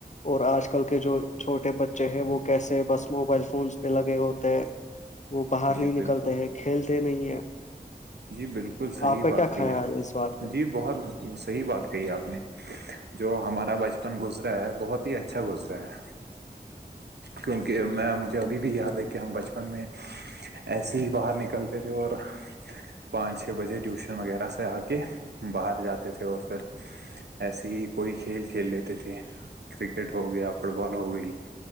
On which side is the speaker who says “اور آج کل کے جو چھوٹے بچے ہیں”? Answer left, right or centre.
Left